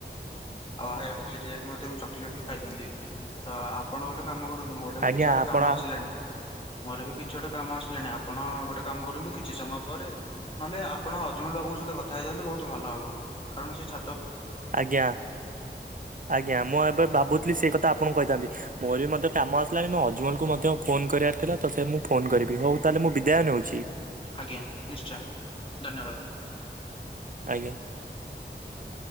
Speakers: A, on the left; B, on the right.
A: ଆଉ ରହିଵା ପାଇଁ ସେଠି ଯାଇ କଣ କିଣୁଚ? ବି ଖାଇଥାନ୍ତି ତ ଆପଣ ଗୋଟେ କାମ କରନ୍ତୁ ମୋର ବି
B: ଆଜ୍ଞା
A: କିଛି ଗୋଟେ
B: ଆପଣ
A: କାମ ଆସିଲାାନି। ମୋର ବି କିଛି ଗୋଟେ କାମ ଆସିଲାଣି ଆପଣ ଗୋଟେ କାମ କରନ୍ତୁ କିଛି ସମୟ ପରେ ନହେଲେ ଆପଣ ଅଜମଲ ବାବୁଙ୍କ ସହିତ କଥା ହେଇଯାଆନ୍ତୁ ବହୁତ ଭଲ ହବ କାରଣ ସେଛା
B: ଆଜ୍ଞା। ଆଜ୍ଞା ମୁଁ ଏବେ ଭାବୁଥିଲି ସେଇ କଥା ଆପଣଙ୍କୁ କହିଥାନ୍ତି ମୁ ବି ମଧ୍ୟ କାମ ଆସିଲାଣି ମଁ ଅଜୁଭାଇଙ୍କୁ ମଧ୍ୟ ଫୋନ୍ କରିବାର ଥିଲା ତ ସେ ମୁଁ ଫୋନ କରିବି ହେଉ ତାହେଲେ ମୁଁ ବିଦାୟ ନେଉଛି।
A: ଆଜ୍ଞା ନିଶ୍ଚୟ ଧନ୍ୟବାଦ।
B: ଆଜ୍ଞା।